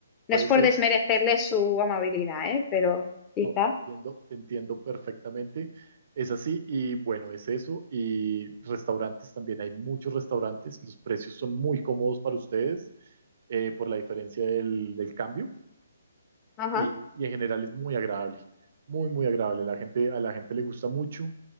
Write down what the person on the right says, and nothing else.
Puede
ser.
No, te entiendo, te entiendo perfectamente. Es así y bueno, es eso. Y restaurantes también. Hay muchos restaurantes. Los precios son muy cómodos para ustedes eh, por la diferencia del, del cambio.
Y, y en general es muy agradable. Muy, muy agradable. La gente, a la gente le gusta mucho.